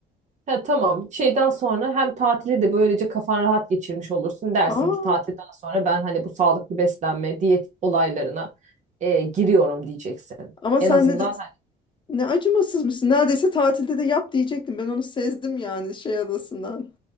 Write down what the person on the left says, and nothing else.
Aa,
ama
sen
ne de ne acımasızmışsın. Neredeyse tatilde de yap diyecektim. Ben onu sezdim yani şey arasından.